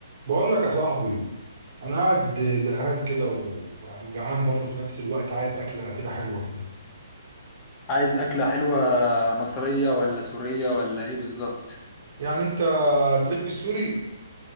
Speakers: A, on the right (about 45°); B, on the left (about 20°).
A: بقول لك يا صاحبي انا قاعد زهقان كده و- ويعني وجعان برضه في نفس الوقت عايز اكله كده حلوه كده
B: عايز أكلة حلوة مصرية ولا سورية ولا إيه بالظبط؟
A: يعني انت تليك في السوري